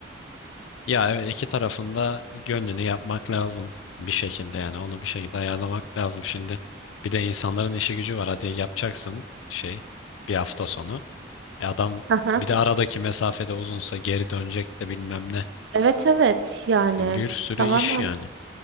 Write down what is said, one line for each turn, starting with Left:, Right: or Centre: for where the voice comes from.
Left: Ya evet, iki tarafında gönlünü yapmak lazım bir şekilde yani onu bir şekilde ayarlamak lazım şimdi. Bir de insanların işi gücü var. Hadi yapacaksın şey bir hafta sonu. E adam
Right: Aha.
Left: bir de aradaki mesafede uzunsa geri dönecek de bilmem ne.
Right: Evet evet yani
Left: Bir sürü
Right: tamamen
Left: iş yani.